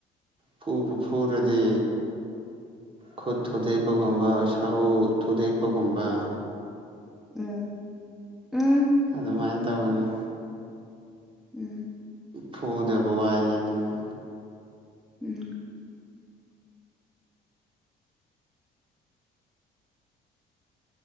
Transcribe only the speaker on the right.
ꯐꯨꯕꯨ ꯐꯨꯔꯗꯤ ꯈꯨꯠ ꯊꯨꯗꯦꯛꯄꯒꯨꯝꯕ ꯁꯔꯨ ꯊꯨꯗꯦꯛꯄꯒꯨꯝꯕ
ꯑꯗꯨꯃꯥꯏꯅ ꯇꯧꯕꯅꯤ
ꯐꯨꯗꯕ ꯋꯥꯅꯤ ꯑꯗꯨꯅ